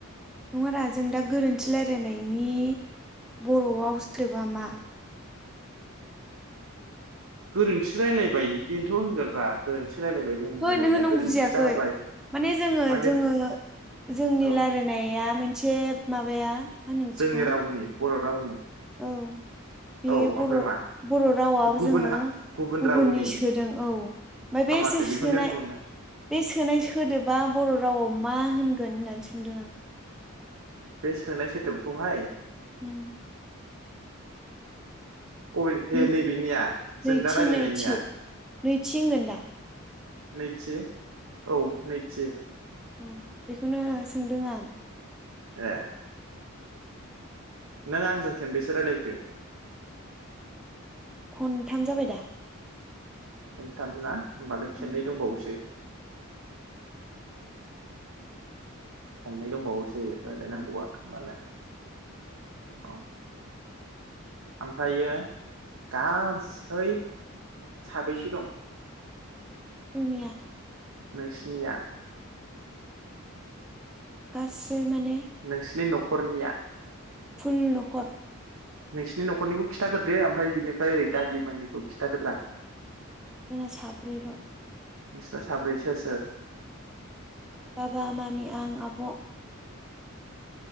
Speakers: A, in the centre; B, on the right.
A: नङारा जों दा गोरोन्थि रायलायनायनि बर'आव सोदोबा मा?
B: गोरोन्थि रायजलायबाय बेनोथ होनगोन रा गोरोन्थि। रायलायबाय जोंनि
A: ओहो
B: रायलायनाया
A: ओहो नों
B: गोरोन्थि
A: बुजियाखै
B: जाबाय
A: माने जोङो
B: माने
A: जोङो जोंनि
B: औ
A: रायज्लायनाया। मोनसे माबाया। मा होनो बिदिखौ
B: जोंनि रावनि। बर' रावनि
A: औ बे
B: औ
A: बर'
B: ओमफ्राय मा
A: बर' रावाब
B: गुबुन
A: जोङो
B: हा गुबुन
A: गुबुननि
B: रावनि
A: सोदों औ ओमफ्राय
B: हामाथो
A: बे
B: बेखौनो
A: सोनाय
B: दोनबुंना
A: बे सोनाय सोदोबा बर' रावाव मा होनगोन। होगोन होननानै सोंदों आं।
B: बे सोनाय सोदोबखौहाय।
A: उम
B: अबेथो
A: नै
B: नैबेनिया जों
A: नैथि
B: दा रायज्लायनायनिया।
A: नैथि नैथि होनगोन दा
B: नैथि। औ नैथि।
A: औ बेखौनो सोंदों आं।
B: ए। नों आंजों खेनबेसे राय्लायखो।
A: खनथाम जाबाय दा।
B: खन्थाम ना। होमबाल खेननै
A: उम
B: दंबावोसो। खेननै दंबावोसो। ए
A: खनथाम
B: रायलायनांगौआ होनबालाय। औ। ओमफ्रायो गासै साबैसे दं।
A: जोंनिया।
B: नैसिनिया।
A: गासै। माने
B: नोंसिनि न'ख खरनिया।
A: फुल न'खर
B: नोंसिनि न'खरनिखौ खिन्थाग्रोदो ओमफ्राय बिनिफ्राय ओरै दादि मोननिखौ खिन्थादोब्रा।
A: जोंना साब्रैल।
B: नोंसा साब्रै सोर सोर।
A: बाबा मामि आं आब।